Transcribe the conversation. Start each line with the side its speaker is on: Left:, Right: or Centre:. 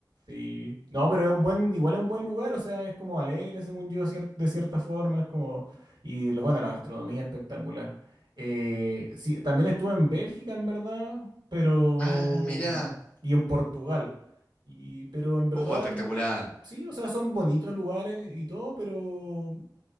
Right: Sí. No, pero es un buen, igual es un buen lugar, o sea, es como alegre, según yo, cier- de cierta forma, es como, y lo- bueno, la gastronomía es espectacular. Eh, sí, también estuve en Bélgica, en verdad, pero,
Left: Ah, mirá.
Right: y en Portugal, y, pero en verdad,
Left: Uh, espectacular.
Right: sí, o sea, son bonitos lugares y todo, pero,